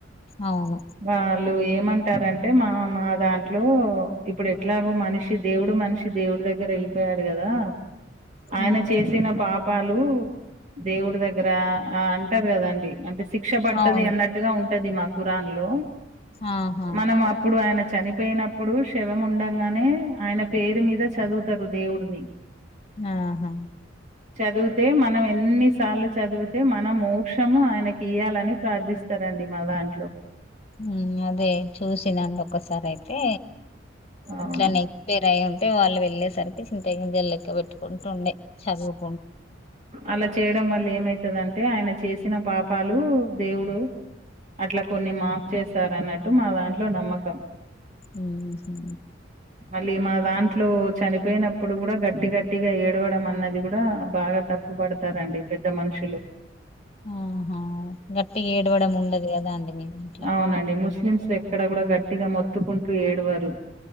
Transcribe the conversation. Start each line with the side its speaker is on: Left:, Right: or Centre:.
Left: అవును
Right: వాళ్ళు ఏమంటారంటే మా మా దాంట్లో ఇప్పుడు ఎట్లాగో మనిషి దేవుడు మనిషి దేవుడి దగ్గర వెళ్ళిపోయాడు కదా ఆయన
Left: ఉమ్,
Right: చేసిన పాపాలు దేవుడి దగ్గర ఆ అంటారు కదండి అంటే సిక్ క్ష పడుతుంది
Left: అవును
Right: అన్నట్టుగా ఉంటది మా కురాన్ లో
Left: ఆహా
Right: మనం అప్పుడు ఆయన చని పోయినప్పుడు శవం ఉండగానే ఆయన పేరు మీద చదువుతారు దేవుడిని
Left: ఆహా
Right: చదివితే మనం ఎన్నిసార్లు చదివితే మనం మోక్షము ఆయనకి ఇయాలని ప్రార్థిస్త ఇస్తారండి మా దాంట్లో
Left: ఊ అదే చూసినండి ఒకసారి అయితే
Right: అవును
Left: ఇట్లానే పేరు అయి ఉంటే వాళ్ళు వెళ్ళేసరికి చింత గింజల్ లెక్క పెట్టుకుంటూ ఉండే చదువుక్
Right: అలా చేయడం వల్ల ఏమైతదంటే ఆయన చేసిన పాపాలు దేవుడు అట్లా కొన్ని మాఫ్ చేస్తారు అన్నట్టు మా దాంట్లో నమ్మకం
Left: ఊహు
Right: మళ్ళీ మా దాంట్లో చనిపోయినప్పుడు కూడా గట్టి గట్టిగా ఏడవడం అన్నది కూడా ఆ బాగా తప్పు పడతారండి పెద్ద మనుషులు
Left: ఆహా గట్టిగా ఏడవడం ఉండదు కదా అండి మీ దంట్ల
Right: అవునండి ముస్లిమ్స్ ఎక్కడ కూడా గట్టిగా మొత్తుకుంటూ ఏడవారు